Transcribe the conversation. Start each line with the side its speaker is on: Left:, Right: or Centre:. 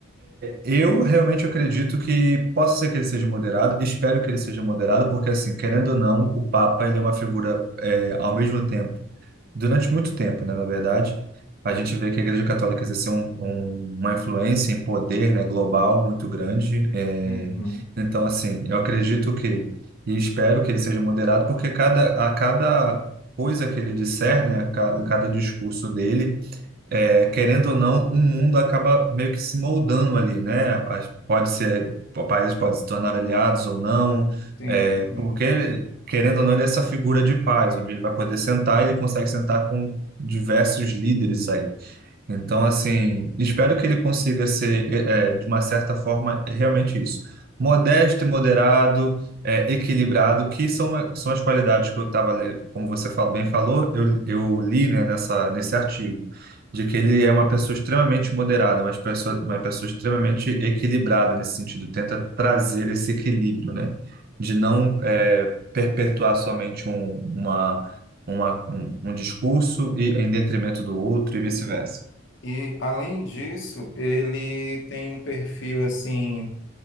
Right: eu realmente acredito que possa ser que ele seja moderado, espero que ele seja moderado, porque assim, querendo ou não, o Papa ele é uma figura é, ao mesmo tempo, durante muito tempo, né, na verdade, a gente vê que a Igreja Católica exerceu um- um- uma influência em poder, né, global muito grande. é,
Left: Uhum.
Right: então, assim, eu acredito que e espero que ele seja moderado, porque cada a cada coisa que ele disser, né, a ca- a cada discurso dele é, querendo ou não, um mundo acaba meio que se moldando ali, né? As- Pode ser, o país pode se tornar aliados ou não,
Left: Sim,
Right: é,
Left: sim.
Right: porque, querendo ou não, ele é essa figura de paz, onde ele vai poder sentar e ele consegue sentar com diversos líderes aí. Então, assim, espero que ele consiga ser, eh, eh, de uma certa forma, realmente isso. Modesto e moderado, eh, equilibrado, que são, são as qualidades que eu estava, como você fa- bem falou, eu, eu li, né, nessa, nesse artigo, de que ele é uma pessoa extremamente moderada, mas pessoa, uma pessoa extremamente equilibrada nesse sentido, tenta trazer esse equilíbrio, né, de não, eh, perpetuar somente um, uma, uma, um, um discurso e em detrimento do outro e vice-versa.
Left: E além disso, ele tem um perfil assim,